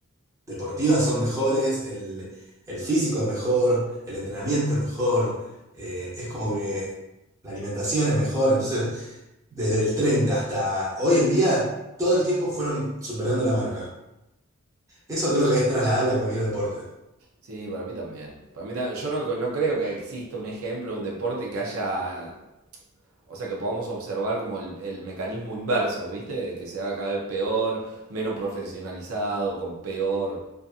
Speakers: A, on the right; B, on the right.
A: deportivas son mejores, el, el físico es mejor, el entrenamiento es mejor, eh, es como que la alimentación es mejor. Entonces, desde el 30 hasta hoy en día, todo el tiempo fueron superando la marca. Eso creo que es trasladable a cualquier deporte.
B: Sí, para mí también. Para mí ta- Yo no, no creo que exista un ejemplo, un deporte que haya, o sea, que podamos observar como el, el mecanismo inverso, ¿viste? De que se haga cada vez peor, menos profesionalizado, con peor